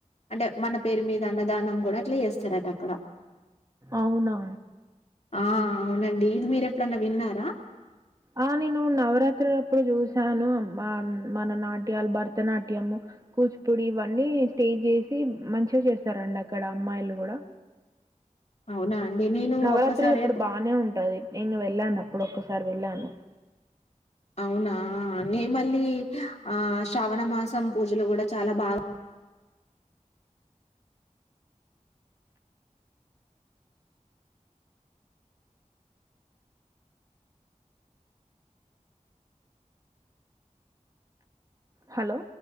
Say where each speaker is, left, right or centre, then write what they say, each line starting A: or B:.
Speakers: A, on the left; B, on the right.
A: అంటే మన పేరు మీద అన్నది విదానం కూడా అట్లా ఎస్ చ్చరాటక్కడ
B: అవునా
A: ఆ అవునండి ఇది మీర ఎప్పుడన్నా విన్నారా
B: ఆ నేను నవరాత్రి అప్పుడు చూసాను మన నాట్యాలు భరతనాట్యము కూచిపూడి ఇవన్నీ స్టేజ్ చేసి మంచిగా చేస్తారండి అక్కడ అమ్మాయిలు కూడా
A: అవునా అండి నేను
B: నవరాత్రులు
A: ఒక్కసారి
B: ఇప్పుడు బానే ఉంటది నేను వెళ్ళాను అప్పుడు ఒకారి సార్ వెళ్ళా అన్న
A: అవునా నే మళ్ళీ ఆ శ్రావణ మాసం పూజలు కూడా చాలా బాగా
B: హలో